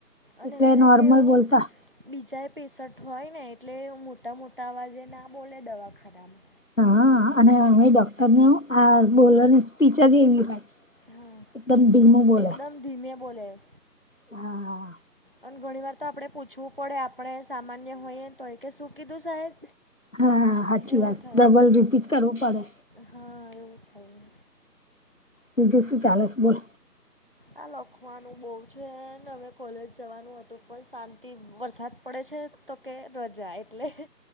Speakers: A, on the right (about 30°); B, on the left (about 50°).
A: અને
B: તો
A: એમને
B: નોર્મલ
A: કેવું
B: બોલતા.
A: બીજા એ પેશન્ટ હોય ને એટલે મોટા મોટા અવાજે ના બોલે દવાખાનામાં
B: હા અને અમે ડોક્ટર ન આ બોલવાની સ્પીચ જ એમ લખાઈ
A: હા
B: એકદમ ધીમો બોલ્યા.
A: એકદમ ધીમે બોલે.
B: હા.
A: અને ઘણી વાર તો આપડણે પૂછવું પડે આપણે સામાન્ય હોયએ તો કે શું કીધું સાહેબ
B: હા હાચી
A: એવું
B: વાત
A: થાય
B: ડબલ રીપીટ કરવું પડે.
A: હા એવું થાય.
B: બીજે શું ચાલે છે બોલ.
A: આ લખવાનું બહુ છે અવે કોલેજ જવાનું હતું પણ શાંતિ વરસાદ પડે છે. તો કે રજા એટલે.